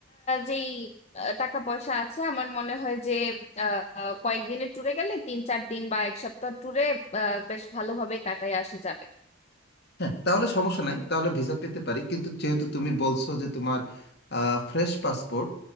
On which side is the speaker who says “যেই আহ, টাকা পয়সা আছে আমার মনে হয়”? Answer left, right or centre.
Left